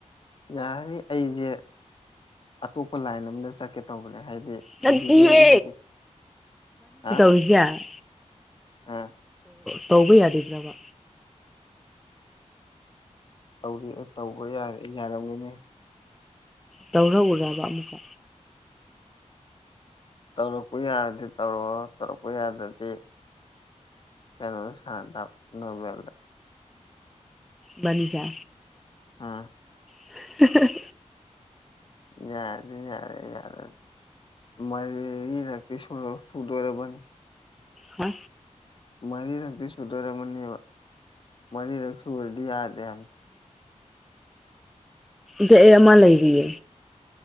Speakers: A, on the left; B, in the centre.
A: ꯌꯥꯔꯤ ꯑꯩꯖꯦ ꯑꯇꯣꯞꯄ ꯂꯥꯏꯟ ꯑꯃꯝꯗ ꯆꯠꯀꯦ ꯇꯧꯕꯅꯦ ꯍꯥꯏ ꯗꯦ
B: ꯅꯠꯇꯤꯌꯦ
A: ꯐꯤꯖꯤꯀꯦꯜꯂꯤ ꯑꯤꯞꯕꯤꯕꯦ‌ꯛ ꯍꯥ
B: ꯔꯨꯖꯤꯌꯥ
A: ꯑꯥ
B: ꯇꯧꯕ ꯌꯥꯒꯤꯗ꯭ꯔꯕ
A: ꯇꯧꯔꯤꯕꯔ ꯇꯧꯕ ꯌꯥꯔꯦ ꯌꯥꯔꯝꯒꯤꯅꯤ
B: ꯇꯧꯔꯛ ꯎꯔꯕ ꯑꯃꯨꯛꯀ
A: ꯇꯧꯔꯛꯄ ꯌꯥꯔꯗꯤ ꯇꯧꯔꯣꯛꯑꯣ ꯇꯧꯔꯛꯄ ꯌꯥꯗꯔꯗꯤ ꯀꯩꯅꯣꯗ ꯁꯟꯅꯇꯥꯕ ꯅꯣꯔꯃꯦꯜꯗ
B: ꯕꯟꯖꯥ
A: ꯑ
B: <unintelligible>
A: ꯌꯥꯅꯤ ꯌꯥꯔꯦ ꯌꯥꯔꯅꯤ ꯃꯔꯤꯔꯛꯇꯤ ꯁꯨ ꯁꯨꯗꯣꯔꯕꯅꯤ
B: ꯍꯥ
A: ꯃꯔꯤꯔꯛꯇꯤ ꯁꯨꯗꯣꯔꯝꯃꯅꯤꯕ ꯃꯔꯤꯔꯛ ꯁꯨꯔꯗꯤ ꯌꯥꯗꯦ ꯍꯥꯏ <unintelligible>
B: ꯗꯦꯑꯦ ꯑꯩ ꯑꯃ ꯂꯩꯔꯤꯌꯦ